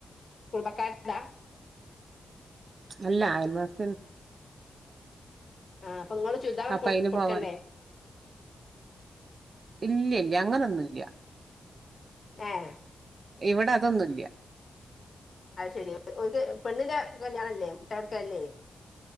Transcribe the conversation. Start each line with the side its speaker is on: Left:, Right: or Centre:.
Left: കുടുംബക്കാരിടെതാ
Right: അല്ല അയൽവാസിയാണ്
Left: ആഹ് അപ്പൊ നിങ്ങള് ചുരിദാറൊക്കെ
Right: അപ്പൊ
Left: കൊ
Right: അയിന്
Left: കൊടുക്കണ്ടേ
Right: പോവാൻ ഇല്ലേ ഇല്ല അങ്ങനൊന്നു ഇല്ല
Left: ഏഹ്
Right: ഇവിടതൊന്നും ഇല്ല്യ
Left: അത് ശരി ഓരിത് പെണ്ണിന്റെ കല്ല്യാണല്ലേ മുട്ടായ് കൊടുക്കലല്ലേ